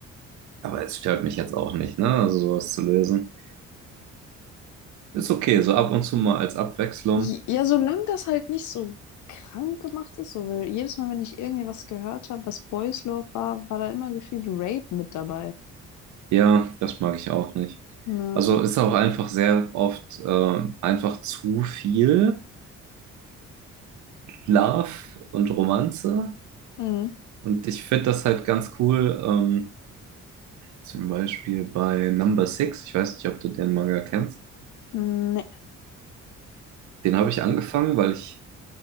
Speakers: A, on the right; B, on the left.
A: aber es stört mich jetzt auch nicht, ne? Also sowas zu lesen. Ist okay, so ab und zu mal als Abwechslung.
B: J- Ja, solange das halt nicht so krank gemacht ist, so weil jedes Mal, wenn ich irgendwie was gehört habe, was Boys Love war, war da immer gefühlt Rape mit dabei.
A: Ja, das mag ich auch nicht.
B: Na,
A: Also ist auch einfach sehr oft äh, einfach zu viel. Love und Romanze.
B: mm,
A: Und ich finde das halt ganz cool, ähm, zum Beispiel bei Number Six. Ich weiß nicht, ob du den Manga kennst.
B: ne,
A: Den habe ich angefangen, weil ich